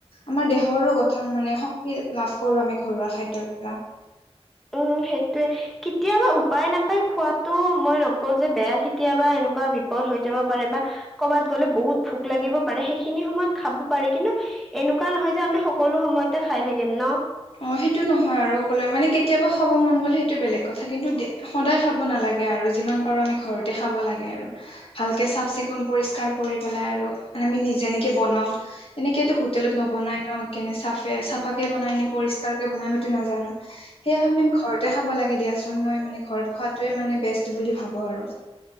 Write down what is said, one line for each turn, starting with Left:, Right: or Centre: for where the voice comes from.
Left: আমাৰ দেহৰো গঠন মানে শক্তি লাভ কৰোঁ আমি ঘৰুৱা খাদ্যৰ পৰা।
Centre: উম সেইটোৱে। কেতিয়াবা উপায় নাপাই খোৱাতো মই নকওঁ যে বেয়া কেতিয়াবা এনেকুৱা বিপদ হৈ যাব পাৰে বা কৰ'বাত গ'লে বহুত ভোক লাগিব পাৰে সেইখিনি সময়ত খাব পাৰে। কিন্তু এনেকুৱা নহয় যে আমি সকলো সময়তে খাই থাকিম ন?
Left: অঁ সেইটো নহয় আৰু সকলোৱে মানে কেতিয়াবা খাব মন গ'লে সেইটো বেলেগ কথা কিন্তু দে সদায় খাব নালাগে আৰু যিমান পাৰোঁ আমি ঘৰতে খাব লাগে আৰু। ভালকে চাফ চিকুন পৰিস্কাৰ কৰি পেলাই আৰু মানে আমি নিজে যেনেকে বনাও তেনেকেটো হো হোটেলত নবনাই ন কেনে চাফে চাফাকে বনাই নে পৰিস্কাৰকে বনাই আমিটো নাজানো। সেয়ে আমি ঘৰতে খাব লাগে দিয়াচোন মই মানে ঘৰত খোৱাটোয়ে মানে বেষ্ট বুলি ভাবোঁ আৰু।